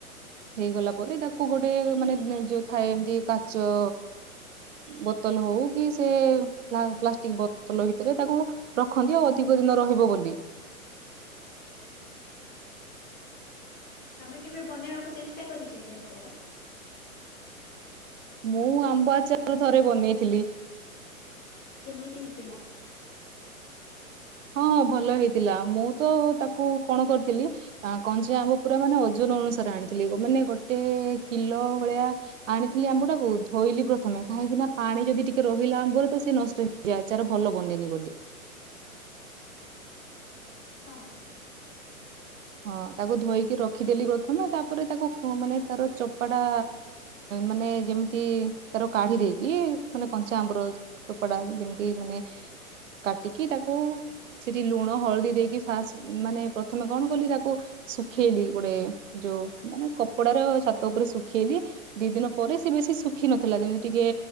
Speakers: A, on the right; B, on the left.
A: ହେଇଗଲା ପରେ ତାକୁ ଗୋଟେ ମାନେ ଯୋଉ ଥାଏ ଏମିତି କାଚ ବୋତଲ ହଉ କି ସେ ପ୍ଲାଷ୍ଟିକ ବୋତଲ ଭିତରେ ତାକୁ ରଖନ୍ତି ଆଉ ଅଧିକ ଦିନ ରହିବ ବୋଲି।
B: ହଁ। ହଁ। ତମେ କେବେ ବନେଇବାକୁ ଚେଷ୍ଟା କରିଛ କି ଆଚାର?
A: ମୁଁ ଆମ୍ବ ଆଚାର ଥରେ ବନେଇଥିଲି।
B: କେମିତି ହେଇଥିଲା?
A: ହଁ ହଁ ଭଲ ହେଇଥିଲା ମୁଁ ତ ତାକୁ କଣ କରିଥିଲି ଆ କଣ ଯେ ଆମ୍ୱ ପୁରା ମାନେ ଓଜନ ଅନୁସାରେ ଆଣିଥିଲି ମାନେ ଗୋଟେ କିଲୋ ଭଳିଆ। ଆଣିଥିଲି ଆମ୍ବ ଟାକୁ ଧୋଇଲି ପ୍ରଥମେ କାହିଁକି ନା ପାଣି ଯଦି ଟିକେ ରହିଲା ଆମ୍ବରେ ତ ସେଏ ନଷ୍ଟ ହେଇ ଯାଏ ଆଚାର ଭଲ ବନେନି ବୋଲି।
B: ହଁଁ।
A: ହଁ ତାକୁ ଧୋଇକି ରଖିଦେଲି
B: ହ୍ୟାଲୋ।
A: ପ୍ରଥମେ ତାପରେ ତାକୁ ମାନେ ତାର ଚୋପାଟା ମାନେ ଯେମିତି ତାର କଢି ଦେଇକି ମାନେ କଞ୍ଚା ଆମ୍ବର ଚୋପାଡା ଯେମିତି ମାନେ କାଟିକି ତାକୁ ସେଠି ଲୁଣ ହଳଦୀ ଦେଇକି ଫାଷ୍ଟ ମାନେ ପ୍ରଥମେ କଣ କାଲି ତାକୁ ଶୁଖେଇଲି ଗୋଟେ ଯୋଉ ମାନେ କପଡାରେ ଛାତ ଉପରେ ଶୁଖେଇଲି। ଦି ଦିନ ପରେ ସେ ବେଶି ଶୁଖିିନଥିଲା ଯେମିତି ଟିକେ